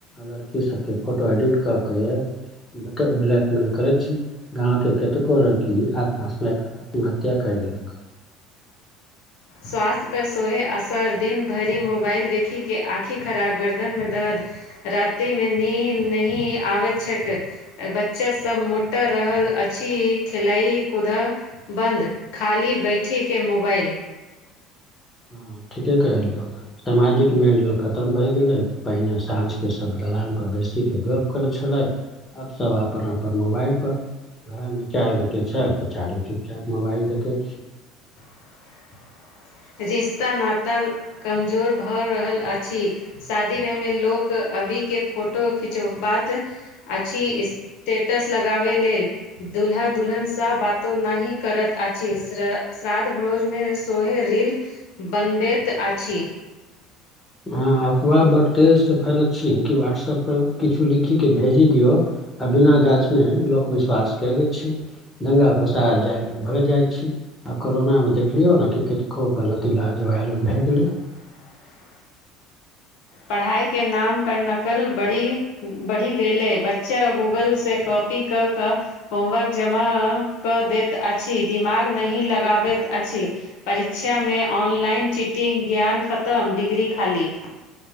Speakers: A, on the left; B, on the left.
A: लड़की सब केँ फोटो एडिट क केँ ब्लैकमेल करे छी गांव केँ कतेको लड़की आत्महत्या आत्महत्या कय लेलक
B: स्वास्थ्य पर सोहे असर दिन भरि मोबाइल देखि केँ आँखि खराब गर्दन मे दरद रातिमे नीन नहि आबैत छैक बच्चा सब मोटा रहल अछि खेलाइ कुद बन्द खाली बैठे केँ मोबाइल
A: ह ठीके कहलियौ समाजिक मेलजोल खतम भए गेले पहिने साँझ केँ सब दलान पर बैसकेँ गप करैत छलै आब सब अपन अपन मोबाइल पर घरमे चारि गोटे छ त चारू चुपचाप मोबाइल देखैत छी
B: <inaudible> रिश्ता नाता कमजोर भऽ रहल अछि शादी ब्यामे लोक अभी के फोटो खिचबाक अछि स्टेटस लगाबै लेल दुल्हा दुल्हन सँ बातो नहि करत अछि श्र श्रादध भोज मे सोहे रील बनबैत अछि
A: हँ अफवाह बड केस फैल छी कि वाटसप पर किछु लिखिक के भेजि दिऔ आ बिना जाँचने लोक विश्वास के लैत छी दंगा फसाद भए जाएत छै आ ओना मे देखलियो ने कि कतो गलत इलाजल भए गेलै <unintelligible>
B: <inaudible> पढ़ाई के नाम पर नकल बरी बढ़ी गेलै बच्चा गूगल से कप पी कऽ कऽ होमवर्क जमा क दैत अछि दिमाग नहि लगाबैत अछि छि परीछा मे ऑनलाइन चिटिंग ज्ञान खतम डिग्री खाली